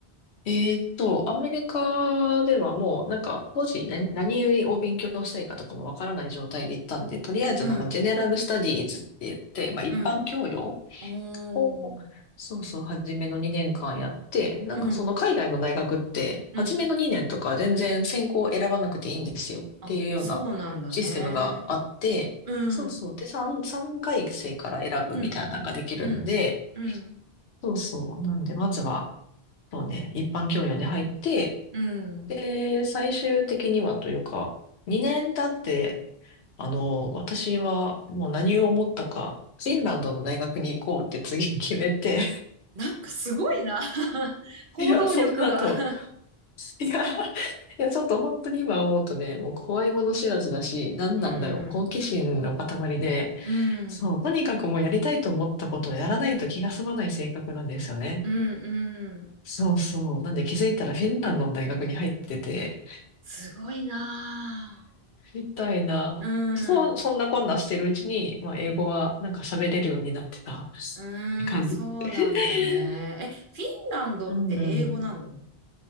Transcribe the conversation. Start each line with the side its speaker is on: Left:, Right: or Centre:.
Left: えーっと、アメリカではもう、なんか、当時何、何を勉強したいかとかもわからない状態で行ったんで、とりあえずなんか、
Right: うん
Left: ジェネラルスタディーズって言って、まあ、一般教養
Right: うんおー。
Left: を、そうそう、初めの2年間やって、なんかその海外の大学って、
Right: うんうん
Left: 初めの2年とか全然専攻を選ばなくていいんですよっていうようなシステムがあって、
Right: あ、そうなんだね。うん
Left: そうそう。で、3、三回生から選ぶみたいなのができるんで、
Right: うんうんうん
Left: そうそう。なんで、まずは、そうね、一般教養で入って、
Right: うん。
Left: で、最終的にはというか、2年経って、あの、私はもう何を思ったか、フィンランドの大学に行こうって次決めて
Right: なんかすごいな。<laughs> 行動力が
Left: いや、そんな後、いや、いや、ちょっと本当に今思うとね、もう怖いもの知らずだし、何なんだろう、
Right: <laughs> うん。
Left: 好奇心の塊で、
Right: うん
Left: そう、とにかくもうやりたいと思ったことをやらないと気が済まない性格なんですよね。
Right: うんうん。
Left: そうそう。なんで気づいたらフィンランドの大学に入ってて、
Right: すごいな
Left: みたいな。
Right: ぁ。う
Left: そう、
Right: ん。
Left: そんなこんなしてるうちに、まあ、英語はなんか喋れるようになってた
Right: うーん、
Left: 感じ。
Right: そうなんだね。
Left: <laughs>
Right: え、フィンランドって英語なの
Left: うんうん。